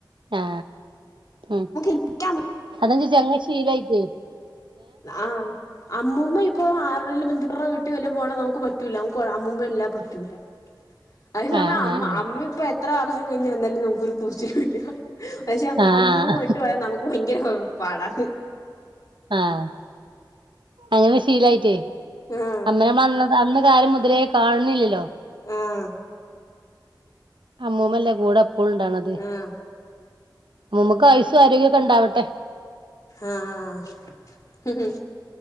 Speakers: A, on the right (about 85°); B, on the left (about 45°).
A: ആ ഉം
B: നിക്കാൻ
A: അതാ ഞാഞ്ചോയ്ച്ചേ അങ്ങ് ശീലായിലേ
B: ആഹ് അമ്മൂമ്മ ഇ ഇപ്പൊ ആറേലും ബന്തുക്കൾട വീട്ടി വല്ലോം പോണെ നമുക്ക് പറ്റൂല്ല നമുക്കു അമ്മൂമ്മ ഇല്ലാ പറ്റൂല്ല അതേസമയം
A: ആഹ്
B: അമ്മ
A: ആഹ്
B: അമ്മ ഇപ്പൊ എത്ര വർഷം കഴിഞ്ഞു എന്നാലും നമുക്കൊരു കൂസലും ഇല്ലാ പക്ഷെ
A: ആഹ്
B: അന്നാ അമ്മൂമ്മ
A: ആഹ്
B: വിട്ട് പോയാ നമുക്ക് ഭയങ്കര പാടാന്ന്
A: ആഹ് അങ്ങനെ ശീലായിറ്റേ
B: ആഹ്
A: അമ്മനെ അന്ന് കാലം മുതലേ കാണണില്ലല്ലോ
B: ആഹ്
A: അമ്മൂമ്മല്ലേ കൂടെപ്പളുണ്ടാക്ണത്
B: ആഹ്
A: അമ്മൂമ്മക്ക് ആയുസും ആരോഗ്യൊക്കെ ണ്ടാവട്ടെ
B: ആഹ്